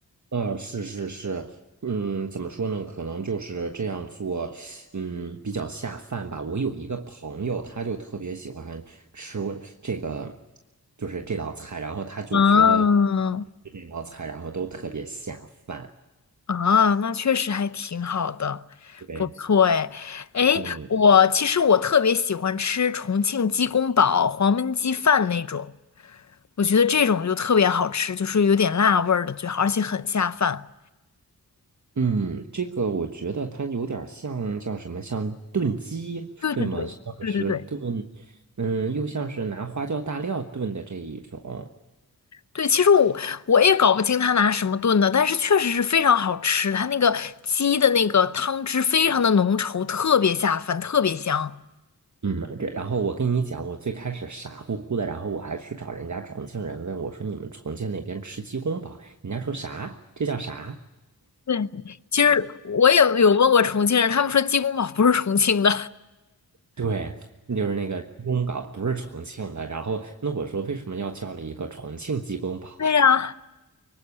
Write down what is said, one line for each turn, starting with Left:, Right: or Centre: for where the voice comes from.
Right: 啊，是是是，嗯，怎么说呢？可能就是这样做，嗯，比较下饭吧。我有一个朋友，他就特别喜欢吃我这个，就是这道菜，然后他就觉得
Left: 啊
Right: 吃这道菜，然后都特别下饭。
Left: 啊，那确实还挺好的，
Right: 对，
Left: 不错哎。哎，
Right: 嗯
Left: 我其实我特别喜欢吃重庆鸡公煲、黄焖鸡饭那种，我觉得这种就特别好吃，就是有点辣味儿的最好，而且很下饭。
Right: 嗯，这个我觉得它有点儿像叫什么，像炖鸡，
Left: 对对对对对对。
Right: 对吗？像是炖，嗯，又像是拿花椒大料炖的这一种。
Left: 对，其实我我也搞不清他拿什么炖的，但是确实是非常好吃，它那个鸡的那个汤汁非常的浓稠，特别下饭，特别香。
Right: 嗯，这然后我跟你讲，我最开始傻乎乎的，然后我还去找人家重庆人问我说：“你们重庆那边吃鸡公煲？”人家说啥？这叫啥？
Left: 对，其实我也有问过重庆人，他们说鸡公煲不是重庆的，
Right: 对，就是那个鸡公煲不是重庆的。然后那我说为什么要叫了一个重庆鸡公煲？
Left: 对呀，